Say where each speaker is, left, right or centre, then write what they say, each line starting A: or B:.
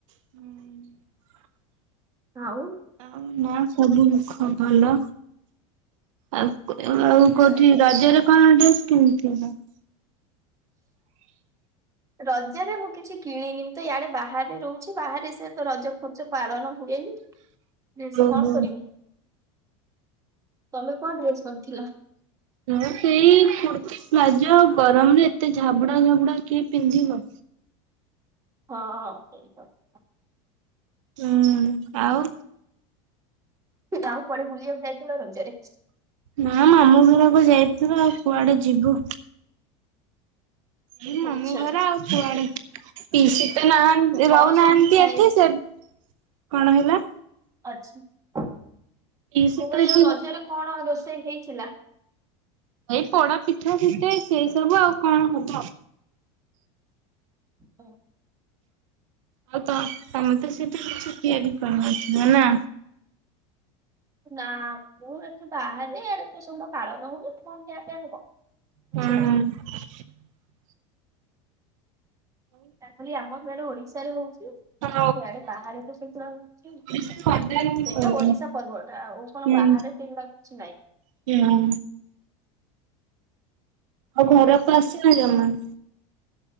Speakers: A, on the right; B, on the right.
A: ହୁଁ।
B: ଆଉ
A: ଆଉ ନା ସବୁ ମୁଖ ଭଲ ଆଉ ଆଉ
B: ଆଛା।
A: କୋଉଠି ରଜରେ କଣ ଡ୍ରେସ କିଣିଥିଲ? <inaudible>
B: ରଜରେ ମୁଁ କିଛି କିଣିନି ମୁଁ ତ ୟାଡେ ବାହାରେ ରହୁଚି ବାହାରେ ସେ ତ ରଜ ଫଜ ପାଳନ ହୁଏନି।
A: <inaudible>
B: ଡ୍ରେସ
A: ଓହୋ।
B: କଣ କରିମି ତମେ କଣ ଡ୍ରେସ କରିଥିଲ।
A: ମୁଁ ସେଇ କୁର୍ତି। ପ୍ଲାଯୋ ଆଉ ଗରମରେ ଏତେ ଝାବୁଡା ଝାବୁଡା କିଏ ପିନ୍ଧିବ।
B: ହଁ ସେଇ କଥା।
A: ହୁଁ ଆଉ।
B: ଆଉ କୁଆଡେ ବୁଲିବାକୁ ଯାଇଥିଲ ରଜରେ?
A: ଉଁ ଆଉ ମାମୁଁ ଘରକୁ ଯାଇଥିଲୁ ଆଉ କୁଆଡେ ଯିବୁ। ଏଇ ମାମୁଁ
B: ଆଛା
A: ଘର ଆଉ କୁଆଡେ। ପିସି ତ ନାହା ଏ
B: କଣ
A: ରହୁନାହାନ୍ତି
B: ସବୁ ଥାଏ
A: ଏଠି ସେ କଣ ହେଲା।
B: ଆଚ୍ଛା ମୁଁ
A: ପିଇସି ତ
B: କହିଲି
A: ଏଠି
B: ଆଉ ରଜରେ କଣ ରୋଷ ଇ ହେଇଥିଲା।
A: ଏଇ ପୋଡା ପିଠା ପିଠେ ସେଇ ସବୁ ଆଉ କଣ ହବ।
B: ହଁ।
A: ଆଉ ତ ତମେ ତ ସେଠି କିଛି ତିଆରି କରି ନଥିବ ନା।
B: ନା ମୁଁ ଏଠୁ ବାହାରେ ଆଡେ ତ ସେଗୁଡା ପାଳନ ହଉନି କଣ ଖିଆ ପିଆ ହବ।
A: ହୁଁ।
B: କିଛି ନାହିଁ। ଖାଲି ଆମ ସିଆଡେ ଓଡିଶାରେ ହଉ
A: ହଁ
B: ଇଆଡେ ବାହାରେ ତ ସେଗୁଡ଼ା ହଉଛି
A: ଓଡିଶା ପଦାରେ ବି
B: ସେଇଟା
A: ହଉନି।
B: ଓଡିଶା ପର୍ବ ଏଟା ଆଉ କଣ
A: ହୁଁ
B: ବାହାରେ। ସେଗୁଡା କିଛି ନାଇଁ।
A: ହୁଁ। ଆଉ ଘରକୁ ଆସିନ ଜମା।